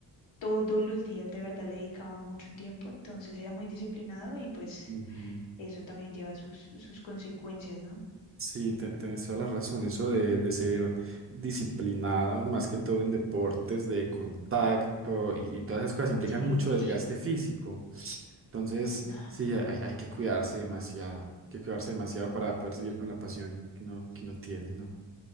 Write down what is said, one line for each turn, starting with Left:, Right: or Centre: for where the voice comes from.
Left: todos los días de verdad le dedicaba mucho tiempo, entonces era muy disciplinado y pues
Right: ujú.
Left: eso también lleva sus, sus consecuencias, ¿no?
Right: Sí, te- tenés toda la razón. Eso de, de ser disciplinado, más que todo en deportes de contacto y, y todas esas cosas implican
Left: Sí,
Right: mucho desgaste físico. Entonces,
Left: <sighs> no,
Right: sí, hay, hay que cuidarse demasiado, hay que cuidarse demasiado para poder seguir con la pasión que uno, que uno tiene, ¿no?